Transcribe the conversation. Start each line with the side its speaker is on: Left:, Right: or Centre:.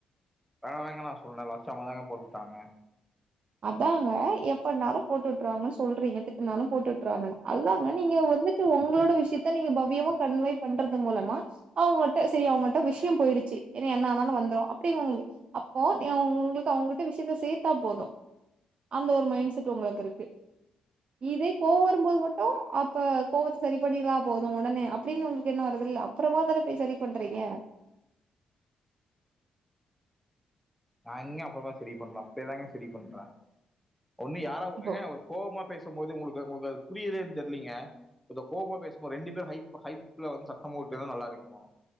Centre: வேணா தாங்க நான் சொல்றேன் லாஸ்ட அவங்கதாங்க போ விட்டாங்க
Right: அதாங்க எப்படனாலும் போட்டு விட்டுருவாங்கன்னு சொல்றீங்க திட்டனாலும் போட்டு விட்டுறாங்கன்னு அதாங்க நீங்க வந்துட்டு உங்களோட விஷயத்த நீங்க பவ்யமா கன்வை பண்றது மூலமா அவங்கிட்ட சரி அவங்க்ட விஷயம் போயிடுச்சு ஏன்ன என்னனாலும் வந்துரும் அப்படி உங்களுக்கு அப்போ உங்களுக்கு அவங்கிட்ட விஷயத்த சேத்தா போதும் அந்த ஒரு மைண்ட் செட் உங்களுக்கு இருக்கு இதே கோவம் வரும்போது மட்டும் அப்ப கோவத்தை சரி பண்ணதா போதும் உடனே அப்படின்னு உங்களுக்கு என்ன வரதுல்லை அப்புறமா தான போய் சரி பண்றீங்க
Centre: நாங்க அப்புறதான் சரி பண்றோம் அப்பவே தாங்க சரி பண்றேன் ஒன்னு யாரா
Right: இப்போ
Centre: ஒரு கோபமா பேசும்போது உங்களுக்கு உங்களுக்கு புரியுது தெரியலங்க கோபமா பேசும்போது ரெண்டு பேர்ல ஹைப்ல வந்து சண்ட போட்டுருந்த நல்லா இருக்குமா